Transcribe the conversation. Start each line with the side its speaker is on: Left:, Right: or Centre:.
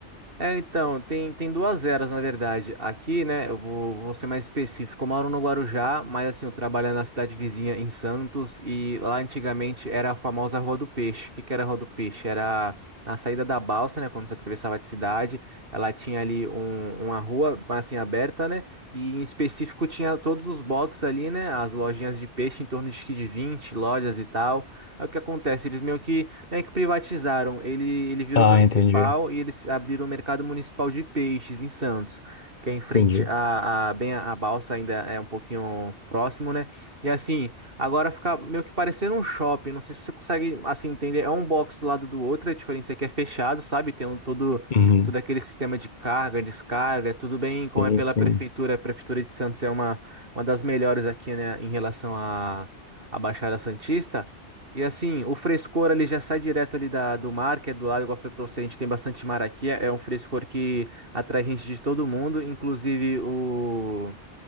Right: É, então, tem, tem duas eras, na verdade. Aqui, né, eu vou, vou ser mais específico. Eu moro no Guarujá, mas assim, eu trabalho na cidade vizinha, em Santos, e lá antigamente era a famosa Rua do Peixe. O que que era a Rua do Peixe? Era a saída da balsa, né, quando você atravessava de cidade. Ela tinha ali um, uma rua, assim, aberta, né, e em específico tinha todos os boxes ali, né, as lojinhas de peixe, em torno de, acho que de 20 lojas e tal. Aí o que acontece? Eles meio que é que privatizaram. Ele, ele virou
Left: Ah,
Right: municipal
Left: entendi.
Right: e eles abriram o mercado municipal de peixes em Santos, que é em frente
Left: Entendi.
Right: a, a- bem a, a balsa ainda é um pouquinho próximo, né? E assim, agora fica meio que parecendo um shopping. Não sei se você consegue assim entender. É um box do lado do outro. A diferença é que é fechado, sabe? Tem um, todo
Left: Uhum.
Right: todo aquele sistema de carga, descarga. é Tudo bem como
Left: Sim,
Right: é pela
Left: sim.
Right: prefeitura. A prefeitura de Santos é uma uma das melhores aqui, né? Em relação à à Baixada Santista. E assim, o frescor ali já sai direto ali da, do mar, que é do lado, igual eu falei pra você, a gente tem bastante mar aqui é um frescor que atrai gente de todo mundo, inclusive o.